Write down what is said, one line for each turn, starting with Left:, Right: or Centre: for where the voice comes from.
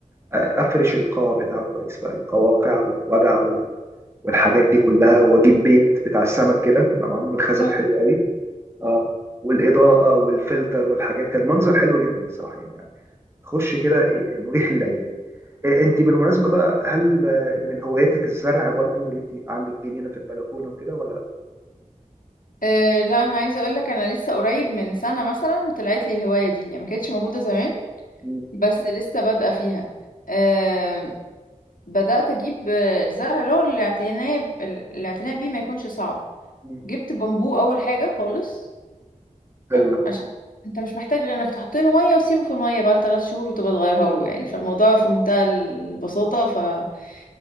Right: آه، افرش القاع بتاعه كويس بقى القواقع والودع وال... والحاجات دي كلها واجيب بيت بتاع السمك كده بقى معمول من خزف
Left: آه.
Right: حلو قوي اه والاضاءه والفلتر والحاجات كان منظر حلو جدا الصراحه يعني, يعني خش كده إيه، مريح للعين إيه، انت بالمناسبه بقى هل آه، من هواياتك الزرع برضو واللي انت يبقى عندك جنينه في البلكونه وكده ولا لا؟
Left: أه لا أنا عايزة أقولك أنا لسه قريب من سنة مثلا طلعت لي الهواية دي يعني ما كانتش موجودة زمان
Right: مم.
Left: بس لسه بادئة فيها أه بدأت أجيب آه، الزرع اللي هو الاعتناء الاعتناء بيه ما يكونش صعب
Right: مم.
Left: جبت بامبو أول حاجة خالص
Right: حلو
Left: ع- عشان انت مش محتاج غير انك تحط له ميه وسيبه في الميه بقى ثلاث شهور وتبقى تغيرها له يعني فالموضوع في منتهى البساطه فكان